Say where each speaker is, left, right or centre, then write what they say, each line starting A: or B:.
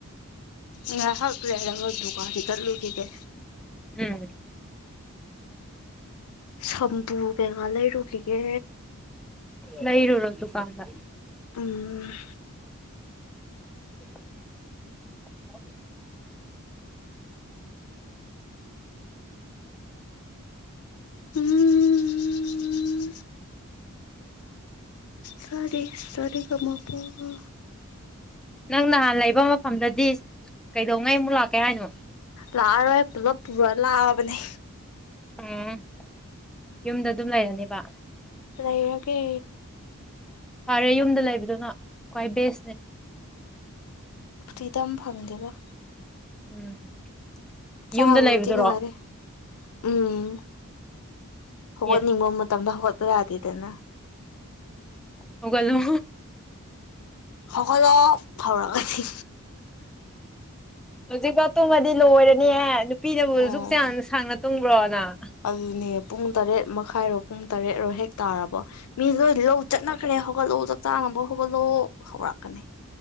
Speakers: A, on the left; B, in the centre.
A: ꯉꯥꯢꯍꯥꯛ ꯂꯩꯔꯒ ꯗꯨꯀꯥꯟ ꯆꯠꯂꯨꯈꯤꯒꯦ
B: ꯎꯝ
A: ꯁꯝꯄꯨ ꯀꯩꯒꯥ ꯂꯩꯔꯨꯒꯤꯒꯦ
B: ꯂꯩꯔꯨꯔꯣ ꯗꯨꯀꯥꯟꯗ
A: ꯎꯝ
B: <inaudible>
A: ꯎꯝ ꯁꯥ ꯔꯦ ꯁꯥ ꯔꯦ ꯒ ꯃꯥ ꯄꯥ ꯒꯥ
B: ꯅꯪ ꯅꯍꯥꯟ ꯂꯩꯕ ꯃꯐꯝꯗꯗꯤ ꯀꯩꯗꯧꯉꯩ ꯑꯃꯨꯛ ꯂꯥꯛꯀꯦ ꯍꯥꯏꯅꯣ
A: ꯂꯥꯛꯑꯔꯣꯏ ꯄꯨꯂꯞ ꯄꯨꯔꯥ ꯂꯥꯛꯑꯕꯅꯤ
B: ꯎꯝ ꯌꯨꯝꯗ ꯑꯗꯨꯝ ꯂꯩꯔꯅꯦꯕ
A: ꯂꯩꯔꯒꯦ
B: ꯐꯔꯦ ꯌꯨꯝꯗ ꯂꯩꯕꯗꯨꯅ ꯈ꯭ꯋꯥꯏ ꯕꯦꯁꯅꯦ
A: ꯐ꯭ꯔꯤꯗꯝ ꯐꯪꯗꯦꯗ
B: ꯎꯝ
A: ꯆꯥꯕꯕꯨꯗꯤ
B: ꯌꯨꯝꯗ ꯂꯩꯕꯗꯨꯔꯣ
A: ꯅꯨꯡꯉꯥꯢꯔꯦ ꯎꯝ ꯍꯧꯒꯠꯅꯤꯡꯕ
B: ꯑꯦ
A: ꯃꯇꯝꯗ ꯍꯧꯒꯠꯄ ꯌꯥꯗꯦꯗꯅ
B: ꯍꯧꯒꯠꯂꯣ
A: ꯍꯧꯒꯠꯂꯣ ꯐꯥꯎꯔꯛꯑꯅꯤ
B: ꯍꯧꯖꯤꯛ ꯐꯥꯎ ꯇꯨꯝꯃꯗꯤ ꯂꯣꯏꯔꯅꯤꯍꯦ ꯅꯨꯄꯤꯅꯕꯨ
A: ꯑꯣ
B: ꯑꯁꯨꯨꯛ ꯁꯥꯡꯅ ꯁꯥꯡꯅ ꯇꯨꯝꯕ꯭ꯔꯣ ꯅꯪ
A: ꯑꯗꯨꯅꯦ ꯄꯨꯡ ꯇꯔꯦꯠ ꯃꯈꯥꯏꯔꯣ ꯄꯨꯡ ꯇꯔꯦꯠꯔꯣ ꯍꯦꯛ ꯇꯥꯔꯕ ꯃꯤ ꯂꯣꯏ ꯂꯧ ꯆꯠꯅꯈ꯭ꯔꯦ ꯍꯧꯒꯠꯂꯣ ꯆꯥꯛ ꯆꯥꯅꯕ ꯍꯧꯒꯠꯂꯣ ꯍꯧꯔꯛꯀꯅꯤ